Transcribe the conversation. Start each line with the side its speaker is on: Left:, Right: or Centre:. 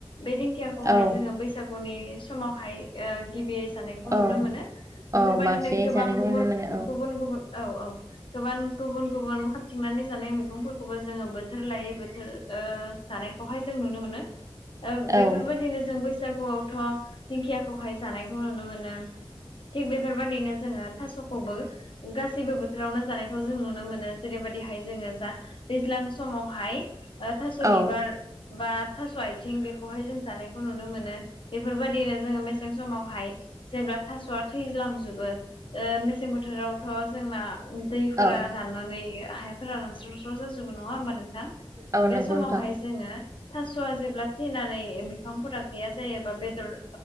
Left: बे दिंखियाखौहाय
Right: औ
Left: जोङो बैसागुनि समावहाय ओ गिबि जानायखौ नुनो
Right: औ
Left: मोनो। बेफोरबायदिनो
Right: औ बांसिनै
Left: गोबां
Right: जानायखौ
Left: गुबुन
Right: नुनो मोनो
Left: गुबुन गुबुन औ औ गोबां गुबुन गुबुन खाबथिंनानै जानाय मैगं खौबो जोङो बोथोर लायै बोथोर जानायखौहाय जों नुनो मोनो ओं बेफोरबायदिनो
Right: औ
Left: जों बैसागुआवथ' दिंखियाखौहाय जानायखौ नुनो मोनो थिग बेफोरबायदिनो जोङो थास'खौबो गासैबो बोथोरावनो जानायखौ जों नुनो मोनो जेरैबायदिहाय जोङो जा दैज्लां समावहाय थास'
Right: औ
Left: बिबार बा थास' आथिं बेखौहाय जों जानायखौ नुनो मोनो बेफोरबायदिनो जोङो मेसें समावहाय जेब्ला थास'आ थैलांजोबो मेसें बोथोराव थ' जोंना दैफोरा
Right: औ
Left: राननानै हाफोरा रानस्रावस्राव जाजोबो नङा होमबा नोंथां
Right: औ
Left: बे
Right: नंगौ
Left: समावहाय
Right: नोंथां
Left: जोङो थास'आ जेब्ला थैनानै बिफांफोरा गैया जायोबा बेदर